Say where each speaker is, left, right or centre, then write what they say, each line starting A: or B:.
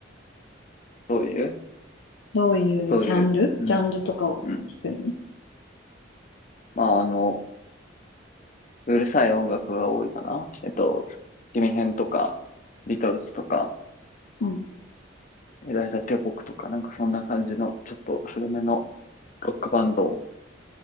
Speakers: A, on the left; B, on the left.
A: どういう
B: どういうジャンルジャンルとかを弾くの
A: どういう、うん、うん。まあ、あの、うるさい音楽が多いかな。えっと、ジミヘンとか、ビートルズとか、
B: うん。
A: ユダヤ帝国とかなんかそんな感じのちょっと古めのロックバンドを